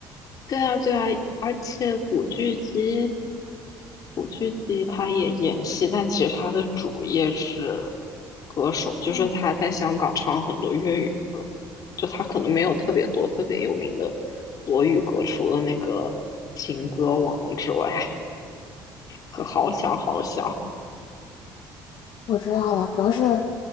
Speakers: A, on the left (about 50°); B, on the left (about 65°).
A: 对啊，对啊，而且古巨基，古巨基他也演戏，但其实他的主业是歌手，就是他在香港唱很多粤语歌，
B: 嗯，
A: 就他可能没有特别多特别有名的国语歌，除了那个《情歌王》之外，<laughs> 和《好想好想》。
B: 我知道了，主要是